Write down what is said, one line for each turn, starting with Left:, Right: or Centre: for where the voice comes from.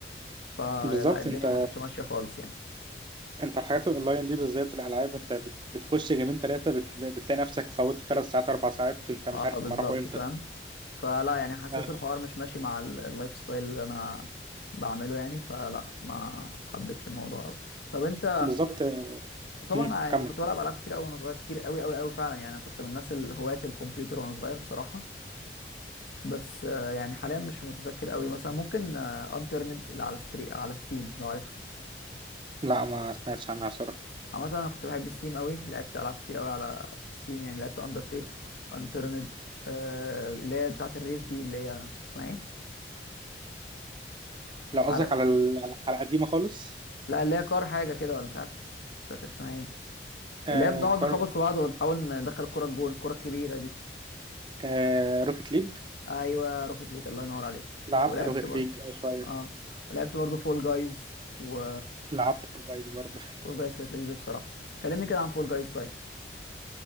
Left: فلا
Right: بالظبط
Left: الدنيا
Right: انت
Left: ما كانتش ماشيه خالص يعني
Right: انت الحاجات الاونلاين دي بالذات الالعاب انت بت- بتخش جيمين ثلاثه بتلاقي, بتلاقي نفسك فوتت ثلاث ساعات اربع ساعات انت مش
Left: اه
Right: عارف
Left: بالظبط
Right: هم راحوا امتى
Left: فاهم فلا يعني حسيت
Right: آه.
Left: الحوار مش ماشي مع ال- اللايف ستايل اللي انا بعمله يعني فلا ما حبيتش الموضوع قوي طب انت
Right: بالظبط
Left: وطبعا
Right: مم. كمل
Left: يعني كنت بلعب العاب كتير قوي وانا صغير كتير قوي قوي قوي فعلا يعني انا كنت من الناس الهواة الكمبيوتر وانا صغير بصراحه بس آه، يعني حاليا مش متذكر قوي مثلا ممكن انترنت اللي على ستري على ستيم لو عارفها
Right: لا ما سمعتش عنها صراحه
Left: عامه انا كنت بحب ستيم قوي لعبت العاب كتير قوي على ستيم يعني لعبت اندرتيل انترنت اللي هي بتاعه الريس دي اللي هي اسمها ايه
Right: لو قصدك
Left: عارف
Right: على ال... على القديمه خالص
Left: لا اللي هي كار حاجه كده ولا مش عارف مش فاكر اسمها ايه
Right: آه
Left: اللي هي بنقعد
Right: كار
Left: نخبط في بعض ونحاول ندخل الكره الجون الكره الكبيره دي
Right: آه روكيت ليج
Left: ايوه روكيت ليج الله ينور عليك
Right: لعبت
Left: ولعبت
Right: روكيت
Left: برضه
Right: ليج شويه
Left: اه ولعبت برضه فول جايز و
Right: لعبت فول جايز برضه
Left: فول جايز كانت لذيذه بصراحه كلمني كده عن فول جايز طيب